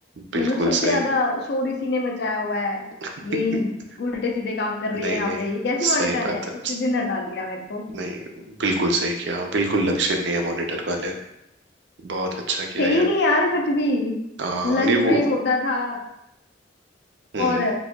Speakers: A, on the right (about 70°); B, on the left (about 65°).
A: बिल्कुल
B: मतलब सबसे
A: सही
B: ज्यादा शोर इसी ने मचाया हुआ है
A: <laughs>
B: यही उल्टे सीधे काम कर रही
A: नहीं
B: है यहाँ
A: नहीं
B: पे ये कैसी मॉनिटर
A: सही बात
B: है
A: है
B: उसी दिन हटा दिया मेरे को
A: नहीं बिल्कुल सही किया हाँ, बिल्कुल लक्षण नहीं है मॉनिटर वाले बहुत अच्छा किया
B: थे
A: यार
B: ही नहीं यार कुछ भी
A: हाँ
B: लंच
A: नहीं वो
B: ब्रेक होता था
A: हम्म
B: और